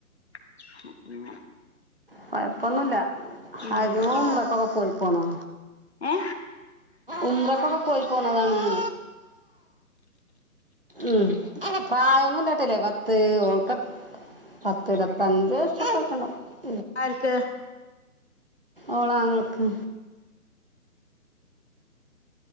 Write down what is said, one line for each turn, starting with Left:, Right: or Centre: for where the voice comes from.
Left: ഉം അങ്ങനെ
Right: കൊയപ്പൊന്നുല്ല <unintelligible> പ്രസവൊക്കെ
Left: ഉം
Right: ഒ പ്പോന്നോ
Left: ഏ
Right: ഉംറക്കൊക്കെ പോയി പോന്നതാണ് <unintelligible> ഉം പ്രായൊന്നുല്ലട്ടില്ലേ പത്ത് ഓൾക്ക പത്ത് ഇരുപത്തഞ്ച് വയസ്സക്കെ ക്കണ്ടാവും
Left: ആര്ക്ക്?
Right: ഓളാങ്ങൾക്ക്